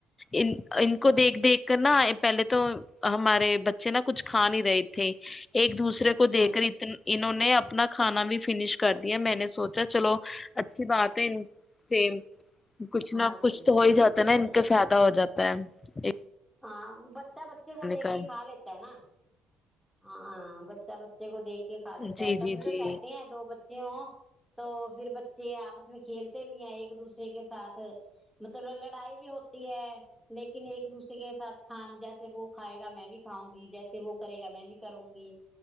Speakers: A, on the left; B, in the centre.
A: ان ا کو دیکھ دیکھ کر نا پہلے تو ہمارے بچے نا کچھ کھا نہیں رہے تھے ایک دوسرے کو
B: ہاں
A: دے کر انہوں نے اپ اپنا کھانا بھی فنش کر دیا میں نے سوچا چلو اچھی بات ہے ان سے کچھ نہ
B: ہاں
A: کچھ
B: جی
A: تو
B: ہاں
A: ہو ہی
B: جی
A: جاتا
B: ہوتا
A: نا ان
B: ہے
A: کے فائدہ ہو جاتا تا ایک
B: ہاں بچہ بچے کو دیکھ
A: کا
B: کے کھا لیتا ہے نا ہاں بچہ بچے کو دیکھ کا لیتا
A: جی
B: ہے تبھی
A: جی جی
B: تو کہتے ہیں دو بچے ہو تو پھر بچے آپس میں کھیلتے بھی ہیں ایک دوسرے کے ساتھ مطلب لڑائی بھی ہوتی ہے لیکن ایک دوسرے کے ساتھ کھان جیسے وہ کھائے گا میں بھی کاؤں گی جیسے وہ کرے بھی کروں گی